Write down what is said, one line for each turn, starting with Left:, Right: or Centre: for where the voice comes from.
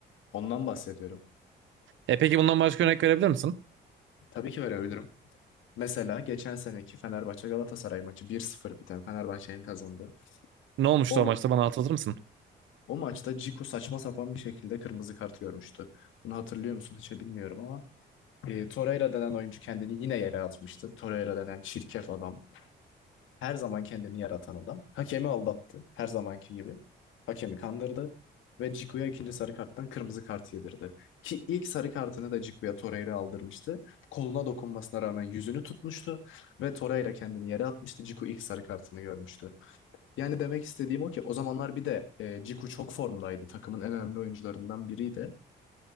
Left: Ondan bahsediyorum.
Right: E, peki bundan başka örnek verebilir misin?
Left: Tabii ki verebilirim. Mesela geçen seneki Fenerbahçe Galatasaray maçı bir sıfır biten Fenerbahçe'nin kazandığı.
Right: Ne olmuştu
Left: O
Right: o maçta bana hatırlatır mısın?
Left: o maçta Ciku saçma sapan bir şekilde kırmızı kart görmüştü. Bunu hatırlıyor musun hiç bilmiyorum ama E, Torreira denen oyuncu kendini yine yere atmıştı. Torreira denen çirkef adam. Her zaman kendini yaratan adam. Hakemi aldattı. Her zamanki gibi. Hakemi kandırdı. Ve Cicu'ya ikinci sarı karttan kırmızı kart yedirdi. Ki ilk sarı kartını da Cicu'ya Torreira aldırmıştı. Koluna dokunmasına rağmen yüzünü tutmuştu. Ve Torreira kendini yere atmıştı. Cicu ilk sarı kartını görmüştü. Yani demek istediğim o ki o zamanlar bir de e, Cicu çok formdaydı. Takımın en önemli oyuncularından biriydi.